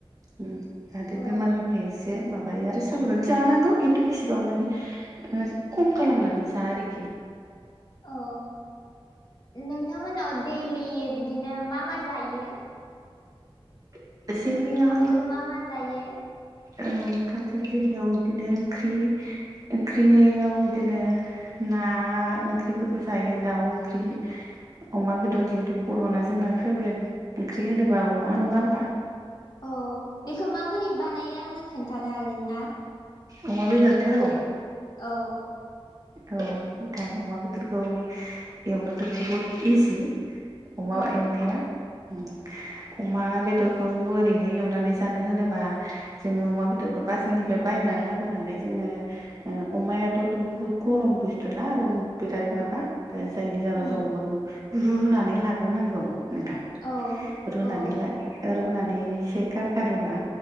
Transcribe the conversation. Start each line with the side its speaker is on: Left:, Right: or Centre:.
Right: ओम जाहाथे
Left: औ
Right: बेमारनिफ्राय एसे माबायो आरो साबधान जानांगौ खिन्थु इसिबां मानि। ओ खम खालामनानै जा आरोखि।
Left: औ नोंथांमोनाव दैलि बिदिनो मा मा जायो।
Right: जोंनियाव
Left: ओंखामजों मा मा जायो।
Right: औ ओंखामजोंं जोंनियाव इदिनो ओंख्रि ओंख्रियाव इदिनो। ना ओंख्रिफोरखौ जायो दाउ ओंख्रि। अमा बेदर जिहेतु बर'ना जोंना फेभरेट ओंख्रि होनोबा अमा नङा ओमबा।
Left: अ बेखौ माबोरै बानायो आंनो खोन्थानो हागोन ना।
Right: अमा बेदरखौ।
Left: औ।
Right: औ बिथां अमा बेदरखौ एवनोथ' बुहुद इजि। अमा
Left: औ
Right: एवनाया उम। अमा बेदरखौ ओरैनो एवनानै जानो होनोबा। जोङो अमा बेदरखौ बाजारनिफाय बायनानै लाबोनानै जोङो ओ अमायाथ' बुहुद। गरम बुस्थु ना आरो बिराद माबा ओ जायनि जाहोनाव
Left: उम
Right: जों अमाखौ। रुनानै लाग्रोनांगौ नोंथां।
Left: औ।
Right: रुनानै
Left: औ
Right: ला ओ रुनानै एसे गारगारोबा